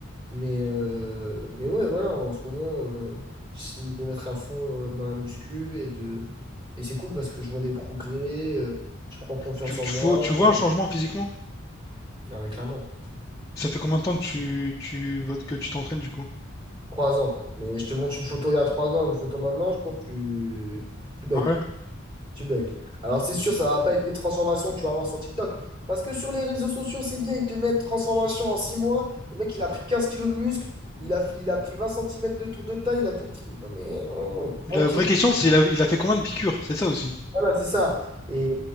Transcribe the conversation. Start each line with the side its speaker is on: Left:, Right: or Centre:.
Right: Mais, euh, mais ouais, voilà, en ce moment, euh, j'essaie de me mettre à fond euh, dans la muscu et de et c'est cool parce que je vois des progrès, euh, je prends confiance
Left: Tu,
Right: en
Left: tu,
Right: moi.
Left: vois, tu vois
Right: et-
Left: un changement physiquement?
Right: Non, mais clairement,
Left: Ça fait combien de temps que tu, tu, que tu t'entraînes, du coup?
Right: trois ans. Mais je te montre une photo il y a trois ans, une photo maintenant, je pense que tu, tu bugs.
Left: Ah ouais
Right: Tu bugs. Alors, c'est sûr, ça va pas être les transformations que tu vas avoir sur TikTok. Parce que sur les réseaux sociaux, c'est bien, ils te mettent transformation en six mois. Le mec, il a pris 15 kilos de muscle, il a, fait- il a pris 20 centimètres de tour de taille, il a tout pris. Non, mais oh,
Left: La
Right: tranquille.
Left: vraie question, c'est il a, il a fait combien de piqûres? C'est ça aussi.
Right: Voilà, c'est ça. Et